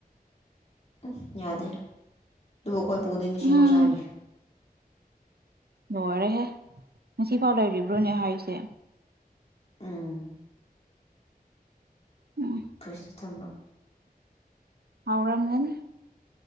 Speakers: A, on the left; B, on the right.
A: ꯑꯁ ꯌꯥꯗꯦ ꯑꯗꯨꯕꯨ ꯑꯩꯈꯣꯏ ꯄꯨꯗꯤ ꯉꯁꯤꯐꯥꯎ
B: ꯎꯝ
A: ꯆꯥꯔꯤ
B: ꯂꯣꯏꯔꯍꯦ ꯉꯁꯤꯐꯥꯎ ꯂꯩꯔꯤꯕ꯭ꯔꯣꯅꯦ ꯍꯥꯏꯁꯦ
A: ꯎꯝ
B: ꯎꯝ
A: ꯄ꯭ꯔꯦꯁꯔ ꯊꯝꯕ
B: ꯍꯧꯎꯔꯝꯒꯅꯤ